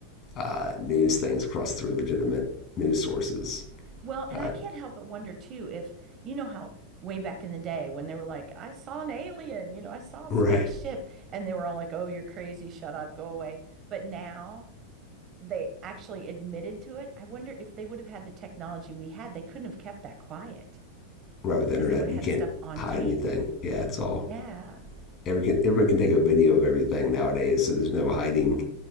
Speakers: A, on the left; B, on the right.
A: uh, news things across three legitimate news sources,
B: Well, and
A: uh,
B: I can't help but wonder too if you know how way back in the day when they were like, I saw an alien, you know, I saw a
A: <laughs>
B: spaceship,
A: right?
B: and they were all like, Oh, you're crazy, shut up, go away. But now they actually admitted to it, I wonder if they would have had the technology we had, they couldn't have kept that quiet
A: Right with
B: because
A: the internet,
B: they would have
A: you
B: had
A: can't
B: stuff on
A: hide
B: tape.
A: anything. Yeah, it's all
B: Yeah.
A: every everybody can take a video of everything nowadays, so there's no hiding